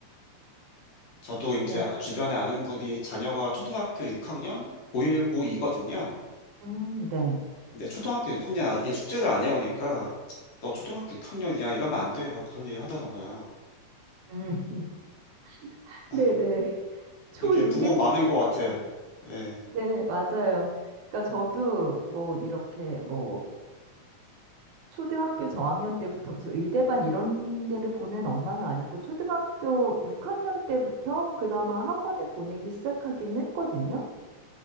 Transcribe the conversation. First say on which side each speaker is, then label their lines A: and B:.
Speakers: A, on the left; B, on the right.
A: 저도 이제
B: 네.
A: 주변에 아는 분이 자녀가 초등학교 6학년, 고1, 고2거든요.
B: 음, 네.
A: 근데 초등학교 6학년 아들이 숙제를 안 해오니까 너 초등학교 6학년이야 이러면 안 돼 막 그런 얘기 하더라고요.
B: 음, <laughs> 네,
A: 아
B: 네. 초6에
A: 이게 부모 마음인
B: 시작돼요.
A: 것 같아요. 네,
B: 네, 맞아요. 그러니까 저도 뭐 이렇게 뭐 초등학교 저학년 때부터 무슨 의대반 이런 데를 보낸 엄마는 아니고 초등학교 6학년 때부터 그나마 학원을 보내기 시작하긴 했거든요.